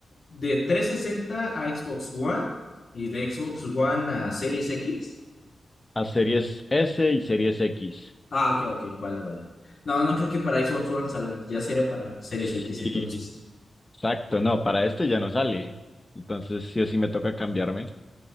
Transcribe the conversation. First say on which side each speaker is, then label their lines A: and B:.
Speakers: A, on the left (about 50°); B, on the left (about 20°).
A: de 360 a Xbox One y de Xbox One a Series X?
B: A series S y series X.
A: Ah, ok, ok, vale, vale. No, no creo que para Xbox One salga. Ya sería para Series
B: Sí,
A: X entonces.
B: exacto, no, para este ya no sale. Entonces sí o sí me toca cambiarme.